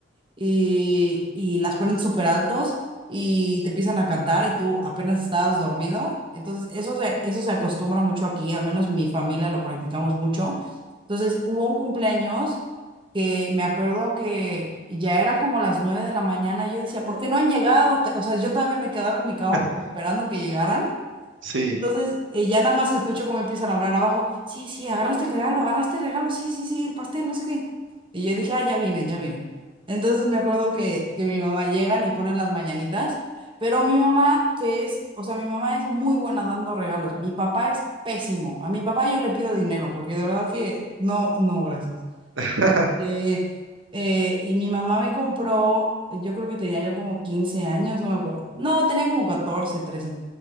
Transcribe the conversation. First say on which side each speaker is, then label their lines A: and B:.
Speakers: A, on the right (about 25°); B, on the right (about 80°).
A: y, y las ponen súper altos y te empiezan a cantar y tú apenas estabas dormido. Entonces, eso se, eso se acostumbra mucho aquí, al menos mi familia lo practicamos mucho. Entonces, hubo un cumpleaños que me acuerdo que ya era como las nueve de la mañana y yo decía, ¿por qué no han llegado? Te- O sea, yo todavía me quedaba en mi cama
B: <laughs>
A: como esperando que llegaran.
B: Sí,
A: Entonces, eh, ya nada más escucho cómo empiezan a hablar abajo. Sí, sí, agarraste el regalo, agarraste el regalo, sí, sí, sí, el pastel, no sé qué. Y yo dije, ah, ya viene, ya viene. Entonces me acuerdo que, que mi mamá llegan y ponen las mañanitas, pero mi mamá, que es, o sea, mi mamá es muy buena dando regalos. Mi papá es pésimo. A mi papá yo le pido dinero, porque de verdad que no, no, gracias.
B: <laughs>
A: Eh, eh, y mi mamá me compró, yo creo que tenía yo como 15 años, no me acuerdo. No, tenía como catorce trece